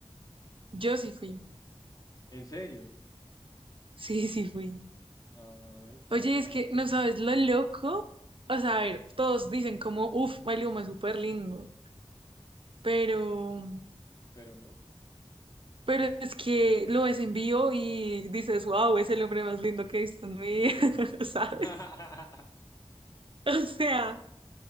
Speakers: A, on the right (about 55°); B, on the left (about 35°).
A: yo sí fui,
B: ¿En serio?
A: <laughs> sí, sí fui.
B: Ay, qué
A: Oye,
B: bacano.
A: es que no sabes lo loco. O sea, a ver, todos dicen como, uff, Maluma es súper lindo. Pero,
B: Pero no.
A: pero es que lo ves en vivo y dices, wow, es el hombre más lindo que he visto en mi vida, <laughs> ¿sabes?
B: <laughs>
A: O sea,